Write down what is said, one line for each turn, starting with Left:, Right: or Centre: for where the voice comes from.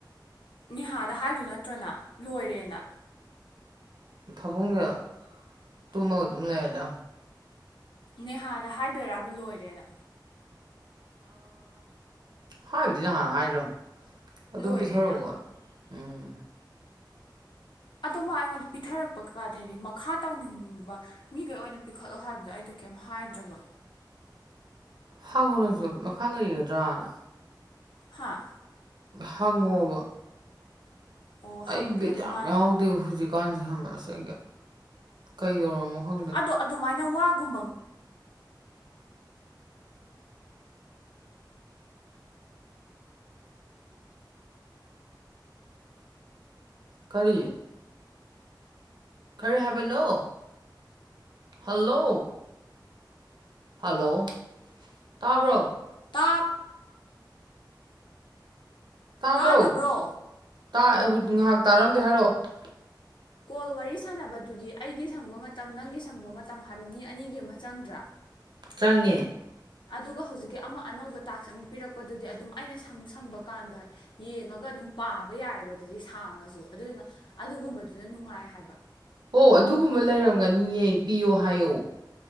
Left: ꯅꯦꯍꯥꯗ ꯍꯥꯏꯗꯣꯏ ꯅꯠꯇ꯭ꯔꯅ ꯂꯣꯏꯔꯦꯅ
Right: ꯐꯕꯨꯡꯁꯦ ꯇꯨꯝꯃꯒ ꯑꯗꯨꯝ ꯂꯩꯔꯦꯗ
Left: ꯅꯦꯍꯥꯗ ꯍꯥꯏꯗꯣꯏꯔꯥꯕ ꯂꯣꯏꯔꯦꯅ
Right: ꯍꯥꯏꯕꯗꯤ ꯅꯍꯥꯟꯅ ꯍꯥꯏꯈ꯭ꯔꯕ ꯑꯗꯨꯝ
Left: ꯂꯣꯏꯔꯦꯅ
Right: ꯄꯤꯊꯔꯛꯑꯣꯅ ꯎꯝ
Left: ꯑꯣꯃ ꯑꯩꯉꯣꯟꯗ ꯄꯤꯊꯔꯛꯄꯀꯥꯗ ꯍꯥꯏꯗꯤ ꯃꯈꯥ ꯇꯧꯅꯤꯡꯕ ꯃꯤꯈꯩ ꯑꯣꯏꯅ ꯄꯤꯈꯠꯂꯣ ꯍꯥꯏꯕꯗꯣ ꯑꯩꯗꯣ ꯀꯩꯝ ꯍꯥꯏꯗ꯭ꯔꯕ
Right: ꯍꯥꯡꯉꯣ ꯅꯪꯁꯨ ꯃꯈꯥ ꯂꯩꯒꯗ꯭ꯔꯅ
Left: ꯍꯥ
Right: ꯍꯪꯉꯣꯕ
Left: ꯑꯣ ꯍꯪꯒꯦ
Right: ꯑꯩ ꯕꯤꯠ
Left: ꯑꯗꯣ
Right: ꯌꯥꯝ
Left: ꯃꯥꯅ
Right: ꯌꯥꯎꯗꯦ ꯍꯧꯖꯤꯛꯀꯥꯟꯁꯦ ꯍꯕ ꯑꯁꯦ ꯀꯩꯗꯧꯔꯝꯅꯣ ꯈꯪꯗꯦ
Left: ꯑꯗꯣ ꯑꯗꯨꯃꯥꯏꯅ ꯋꯥꯒꯨꯝꯕ
Right: ꯀꯔꯤꯌꯦ ꯈꯔ ꯍꯥꯏꯕꯅꯣ ꯍꯜꯂꯣ ꯍꯜꯂꯣ ꯇꯥꯕ꯭ꯔꯣ
Left: ꯇꯥꯞ
Right: ꯇꯥꯕ꯭ꯔꯣ
Left: ꯇꯥꯗꯕ꯭ꯔꯣ
Right: ꯉꯥꯏꯍꯥꯛ ꯇꯥꯔꯝꯗꯦ ꯍꯥꯏꯔꯛꯑꯣ
Left: ꯀꯣꯜ ꯋꯥꯔꯤ ꯁꯥꯟꯅꯕꯗꯨꯗꯤ ꯑꯩꯒꯤ ꯁꯪꯕ ꯃꯇꯝ ꯅꯪꯒꯤ ꯁꯪꯕ ꯃꯇꯝ ꯍꯥꯏꯕ ꯃꯤ ꯑꯅꯤꯒꯤ ꯑꯃ ꯆꯪꯗ꯭ꯔꯥ
Right: ꯆꯪꯉꯦ
Left: ꯑꯗꯨꯒ ꯍꯧꯖꯤꯛꯀꯤ ꯑꯃ ꯑꯅꯧꯕ ꯇꯥꯛꯁ ꯑꯃ ꯄꯤꯔꯛꯄꯗꯨꯗꯤ ꯑꯗꯨꯝ ꯑꯩꯅ ꯁꯪ ꯁꯪꯕ ꯀꯥꯟꯗ ꯌꯦꯡꯉꯒ ꯑꯗꯨꯝ ꯄꯥꯕ ꯌꯥꯏꯑꯕ ꯑꯗꯨꯗꯤ ꯁꯥꯡꯉꯁꯨ ꯑꯗꯨꯗꯨꯅ ꯑꯗꯨꯒꯨꯝꯕꯗꯨꯅ ꯅꯨꯡꯉꯥꯏ ꯍꯥꯏꯕ
Right: ꯍꯣ ꯑꯗꯨꯒꯨꯝꯕ ꯂꯩꯔꯝꯒꯅꯤꯌꯦ ꯄꯤꯌꯣ ꯍꯥꯏꯌꯣ